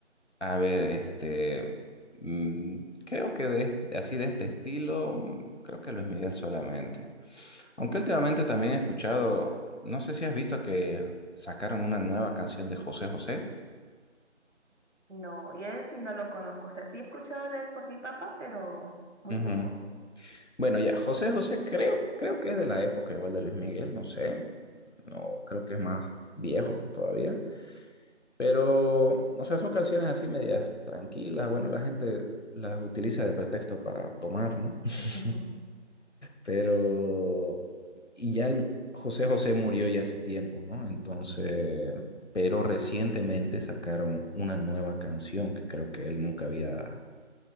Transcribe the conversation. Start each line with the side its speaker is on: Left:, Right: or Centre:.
Left: A ver, este, mm, creo que de, est- así de este estilo, mm, creo que Luis Miguel solamente. Aunque últimamente también he escuchado, no sé si has visto que sacaron una nueva canción de José José.
Right: No, y a él sí no lo conozco. O sea, sí he escuchado de él por mi papá, pero muy
Left: Ujú.
Right: poco.
Left: Bueno, ya, José José creo, creo que es de la época igual de Luis Miguel, no sé, no creo que es más viejo todavía. Pero, o sea, son canciones así medias tranquilas. Bueno, la gente las utiliza de pretexto para tomar, ¿no? <laughs>
Right: <laughs>
Left: Pero, y ya el- José José murió ya hace tiempo, ¿no? Entonces, pero recientemente sacaron una nueva canción que creo que él nunca había